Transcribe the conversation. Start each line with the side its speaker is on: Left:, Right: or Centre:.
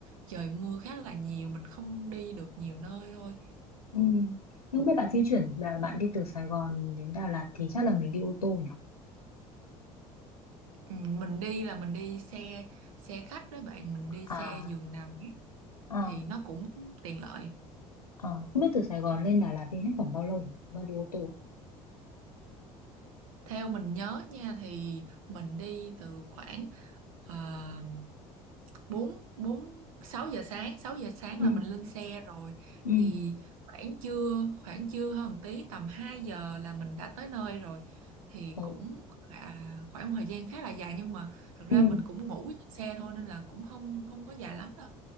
Right: trời mưa khá là nhiều mình không đi được nhiều nơi thôi
Left: ừ. Nhưng không biết bạn di chuyển là bạn đi từ Sài Gòn đến Đà Lạt thì chắc là mình đi ô tô nhỉ?
Right: ừ, mình đi là mình đi xe xe khách đó bạn mình đi
Left: À,
Right: xe giường nằm ấy,
Left: à,
Right: thì nó cũng tiện lợi
Left: à. Không biết từ Sài Gòn lên Đà Lạt đi hết khoảng bao lâu nhỉ? Mà đi ô tô. á?
Right: theo mình nhớ nha thì mình đi từ khoảng à, bốn bốn sáu giờ sáng sáu giờ sáng
Left: Ừ.
Right: là mình lên xe rồi
Left: ừ
Right: thì khoảng trưa khoảng trưa hơn một tí tầm 2 giờ là mình đã tới nơi rồi thì
Left: ừ.
Right: cũng khá, khoảng một thời gian khá là dài nhưng mà thật ra
Left: ừ
Right: mình cũng ngủ trên xe thôi nên là cũng không không có dài lắm đâu